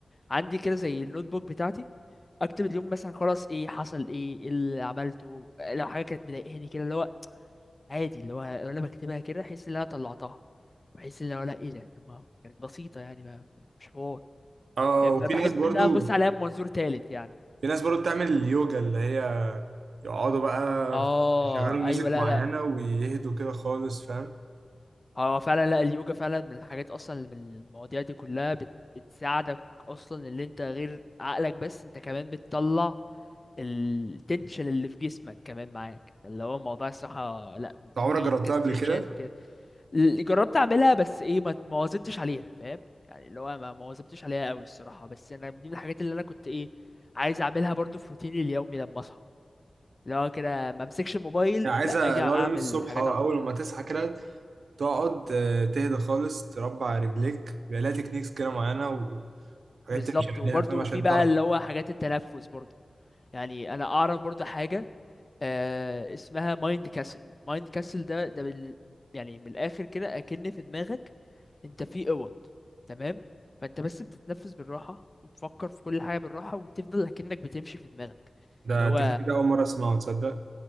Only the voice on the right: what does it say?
اه
وفي ناس برضو
في ناس برضو بتعمل اليوجا اللي هي يقعدوا بقى
يشغلوا ميوزك
معينة
ويهدوا كده خالص فاهم
انت
عمرك جربتها
قبل كده؟
يعني عايزة
لو
يوم الصبح
أو
أول
ما تصحى كده تقعد آه، تهدى خالص تربع رجليك بيبقى لها تكنيكس كده معينة وحاجات
تمشي
عليها فاهم عشان
تعرف
ده
التكنيك ده أول مرة أسمعه تصدق